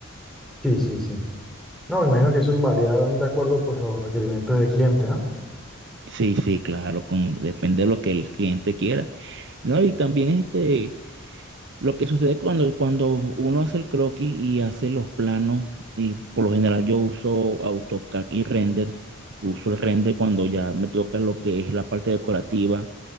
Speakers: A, in the centre; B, on the right.
A: Sí, sí, sí. No, me imagino que eso varía de acuerdo pues a los requerimientos del cliente, ¿no?
B: Sí, sí, claro, con, depende de lo que el cliente quiera. No, y también este. Lo que sucede cuando, cuando uno hace el croquis y hace los planos, y por lo general yo uso AutoCAD y render, uso el render cuando ya me toca lo que es la parte decorativa